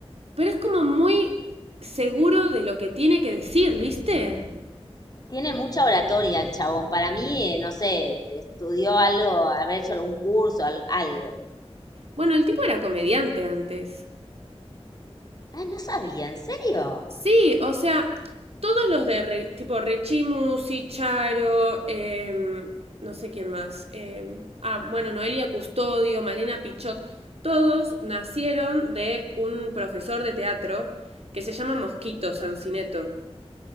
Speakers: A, on the right; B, on the left.
A: Pero es como muy seguro de lo que tiene que decir, ¿viste?
B: Tiene mucha oratoria el chabón. Para mí, eh, no sé, estudió algo, haber hecho algún curso, al- algo.
A: Bueno, el tipo era comediante antes.
B: Ay, no sabía, ¿en serio?
A: Sí, o sea, todos los de Re- tipo Rechimu, Sicharo, em, no sé quién más. em, ah, bueno, Noelia Custodio, Malena Pichot, todos nacieron de un profesor de teatro que se llama Mosquito Sancineto.